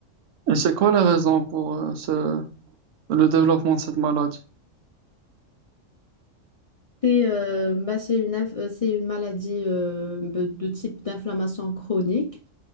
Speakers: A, on the right (about 75°); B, on the left (about 45°).
A: Et c'est quoi les raisons pour euh, ce- le développement de cette maladie?
B: C'est euh, bah, c'est une, inf- euh, c'est une maladie euh, de de type d'inflammation chronique.